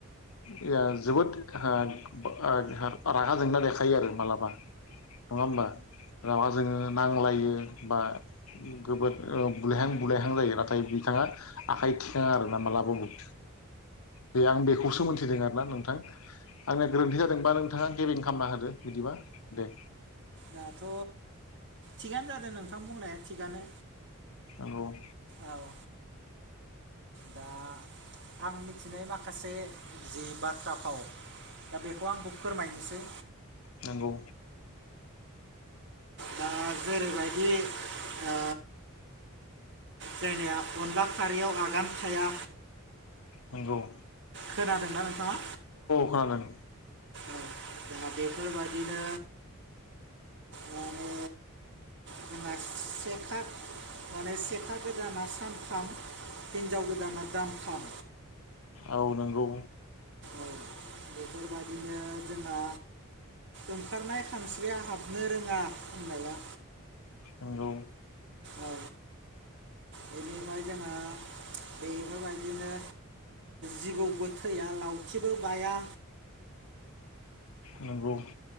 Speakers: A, on the left; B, on the right.
A: <unintelligible> जोबोद ओ ओ रागा जोंना देखायो आरो मालाबा। नङा होमबा रागा जोङो नांलायो बा गोबोद ओ बुलायहां बुलायहां जायो नाथाय बिथाङा आखाइ थिखाङा आरो ना मालाबाबुद। दे आं बेखौसो मोन्थिदों आरोना नोंथां। <inaudible> आंना गोरोन्थि जादोंबा नोंथाङा गेबें खालामना होदो बिदिबा दे।
B: दाथ' थिगानो जादों नोंथां बुंनाया थिगानो।
A: औ।
B: औ दा आं मि थिनाय माखासे जि बाथ्रा फाव दा बेखौ आंबो फोरमायनोसै।
A: नोंगौ।
B: दा जेरैबायदि ओ जोनिया अनला खारियाव आगान थाया
A: नोंगौ।
B: खोनादोंना नोंथाङा?
A: खोनादों
B: औ। दा बेफोरबादिनो माने जोंहा सेखा माने सेखा गोदाना सान्थाम हिनजाव गोदाना दान्थाम।
A: औ नोंगौ।
B: औ बेफोरबादिनो जोंहा ओंखारनाय खानस्रिया हाबनो रोङा होननाया
A: नोंगौ।
B: औ बेनिफ्राय जोंहा बेफोरबायदिनो जिबौबो थैया लावथिबो बाया
A: नोंगौ।